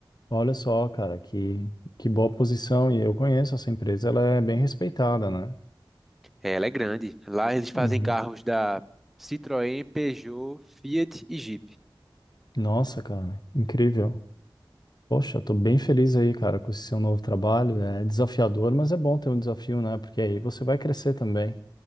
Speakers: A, on the left; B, in the centre.
A: Olha só, cara, que, que boa posição. E eu conheço essa empresa, ela é bem respeitada, né?
B: É, ela é grande. Lá eles fazem
A: Uhum.
B: carros da Citroën, Peugeot, Fiat e Jeep.
A: Nossa, cara, incrível. Poxa, tô bem feliz aí, cara, com esse seu novo trabalho. É desafiador, mas é bom ter um desafio, né? Porque aí você vai crescer também.